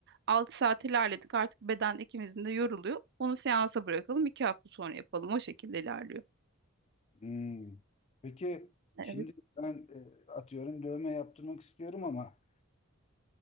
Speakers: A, on the right; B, on the left.
A: 6 saat ilerledik artık beden ikimizin de yoruluyor. Onu seansa bırakalım, 2 hafta sonra yapalım. O şekilde ilerliyor.
B: Hmm. Peki
A: Evet.
B: şimdi ben e, atıyorum dövme yaptırmak istiyorum ama